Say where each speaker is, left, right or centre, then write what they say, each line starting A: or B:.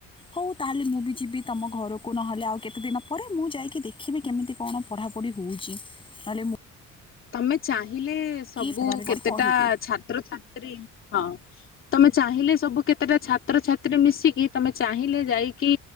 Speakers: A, on the left; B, on the left.
A: ହଉ ତାହେଲେ ମୁଁ ବି ଯିବି ତମ ଘରକୁ ନହେଲେ ଆଉ କେତେ ଦିନ ପରେ ମୁଁ ଯାଇକି ଦେଖିବି କେମିତି କଣ ପଢ଼ାପଢ଼ି ହେଉଛି। ନହେଲେ ମୁ
B: ତମେ ଚାହିଁଲେ ସବୁ
A: ପାଠାଗାରରେ
B: କେତେଟା
A: ବସି ପଢ଼ିବି
B: ଛାତ୍ରଛାତ୍ରୀ ହଁ। ତମେ ଚାହିଁଲେ ସବୁ କେତେଟା ଛାତ୍ରଛାତ୍ରୀ ମିଶିକି ତମେ ଚାହିଁଲେ ଯାଇକି